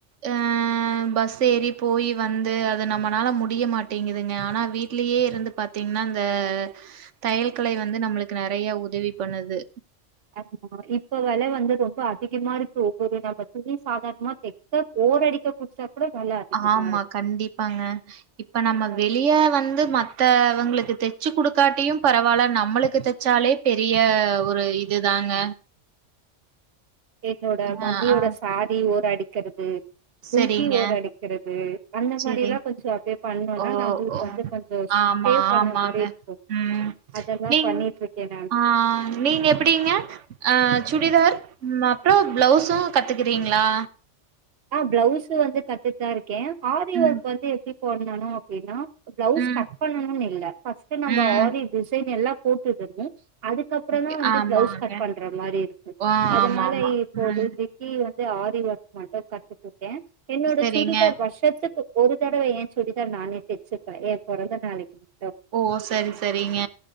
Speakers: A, on the right; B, on the right.
A: அஹ் பஸ் ஏறி போய் வந்து அது நம்மளால முடிய மாட்டேங்குதுங்க ஆனா வீட்லயே இருந்து பாத் பாத்தீங்கன்னா இந்த தையல் கலை வந்து நம்மளுக்கு நிறைய உதவி பண்ணுது
B: ஆமா இப்ப விலை வந்து ரொம்ப அதிகமா இருக்கு ஒவ்வொரு நம்ம துணி சாதாரணமா தெக்க ஓரடிக்க குடுத்தா கூட வெல அதிகமா
A: ஆமா
B: இருக்கு
A: கண்டிப்பாங்க இப்ப நம்ம
B: அ
A: வெளிய வந்து மத்தவங்களுக்கு தச்சு கொடுக்காட்டியு பரவால்ல நம்மளுக்கு தச் ச்சாலே பெரிய ஒரு இதுதாங்க
B: என்னோட மம்மியோட
A: அ ஆ
B: சாரி ஓரடிக்கிறது
A: செரிங்க
B: லுங்கி ஓர அடிக்கிறது அந்த
A: செரி
B: மாரில்லா கொஞ்சோ அப்டியே பண்ணோனா
A: ஓ
B: நம்மளுக்கு
A: ஓ
B: வந்து கொஞ்சோ
A: ஆமா
B: சேவ் பண்ண
A: ஆமாங்க
B: மாரி இருக்கு
A: ம்
B: அதெல்லா
A: நீங்
B: பண்ணிட்ருக்கே நானு
A: ஆ நீங்க எப்டிங்க அ சுடிதார் அப்புறோ பிளவுசு கத்துக்கிறீங்ளா
B: ஆ பிளவுஸு வந்து கத்துட்டுதா இருக்கே ஆரி
A: ம்
B: ஒர்க் வந்து எப்டி போடனுனா அப்டின்னா பிளவுஸ்
A: ம்
B: கட் பண்ணுன்னு இல்ல ஃபஸ்ட் நம்ம
A: ம்
B: ஆரி டிசைன் எல்லா போட்டுடணு அதுக் அதுக்கப்புறோ
A: ஓகே
B: தா வந்து
A: ஆமாங்க
B: பிளவுஸ் கட் பண்ற மாரி இருக்கு
A: ஓ
B: அதனால
A: ஆமா ஆமா
B: இப்போ
A: ம்
B: வந்து வந்து ஆரி ஒர்க் மட்டு கத்துக்கிட்டே என்னோட
A: சரிங்க
B: சுடிதார் வருஷத்துக்கு ஒரு தடவ எ சுடிதார நானே தச்சிப்பே எ பொறந்த நாளைக்கு மட்டு
A: ஓ சரி சரிங்க